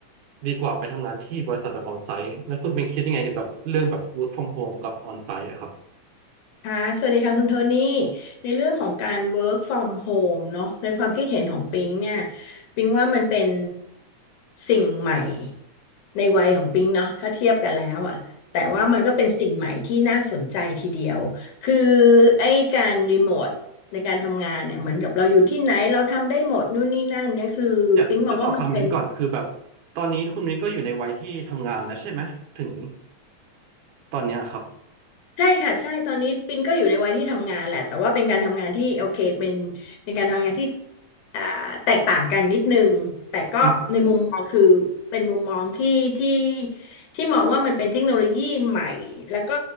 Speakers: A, on the right; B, on the left.
A: ดีกว่าไปทำงานที่บริษัทแบบออนไซต์แล้วคุณปิงคิดยังไงเกี่ยวกับเรื่องแบบ work from home กับออนไซต์อะครับ
B: ค่ะสวัสดีค่ะคุณโทนี่ในเรื่องของการ work from home เนอะในความคิดเห็นของปิงเนี่ยปิงว่ามันเป็นสิ่งใหม่ในวัยของปิงเนาะถ้าเทียบกันแล้วอะ แต่ว่ามันก็เป็นสิ่งใหม่ที่น่าสนใจทีเดียว คือไอ้การรีโมทในการทำงานเนี่ยเหมือนกับเราอยู่ที่ไหนเราทำได้หมดนู่นนี่นั่นเนี่ย คือปิงมองว่ามันเป็น
A: อยากจะสอบถามมิ้นก่อนคือแบบตอนนี้คุณมิ้นก็อยู่ในวัยที่ทำงานแล้วใช่ไหมถึงตอนเนี้ยครับ
B: ใช่ค่ะใช่ตอนนี้ปิงก็อยู่ในวัยที่ทำงานแหละแต่ว่าเป็นการทำงานที่โอเคเป็นเป็นการทำงานที่อ่าแตกต่างกันนิดนึงแต่ก็ในมุมมองคือเป็นมุมมองที่ที่
A: อืม
B: ที่มองว่ามันเป็นเทคโนโลยีใหม่แล้วก็